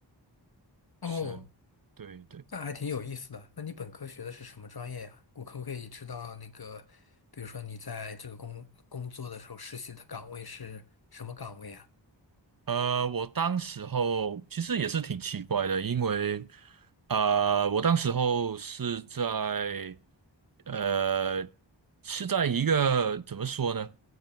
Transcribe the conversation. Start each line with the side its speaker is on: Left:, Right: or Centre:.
Left: 哦，
Right: 是，对对。
Left: 那还挺有意思的。那你本科学的是什么专业呀？我可不可以知道那个，比如说你在这个工工作的时候实习的岗位是什么岗位啊？
Right: 呃，我当时候其实也是挺奇怪的，因为呃，我当时候是在呃是在一个怎么说呢？